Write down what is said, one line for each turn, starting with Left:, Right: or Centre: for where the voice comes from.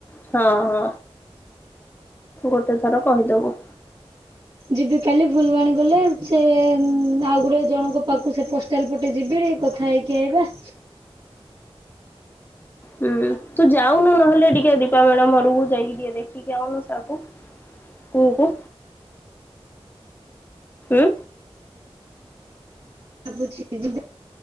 Left: ହଁ ହଁ ଗୋଟେ ଥର କହିଦବୁ
Right: ଯିବି କାଲି ଫୁଲବାଣୀ ଗଲେ ସେ ଆଉ ଗୁଟେ ଜଣଙ୍କ ପାଖକୁ ସେ ପୋ ଷ୍ଟାଲ ପଟେ ଯିବି କଥା ହେଇକି ଆଇବା
Left: ହୁଁ ତୁ ଯାଉନୁ ନହେଲେ ଟିକେ ଦୀପା ମ୍ୟାଡ଼ାମ ଘରକୁ ଯାଇକି ଟିକେ ଦେ ଖିକି ଆଉନୁ ସାର୍ କୁ କୁହୁକୁ ଉଁ
Right: ବୁଝିକି ଯିବେ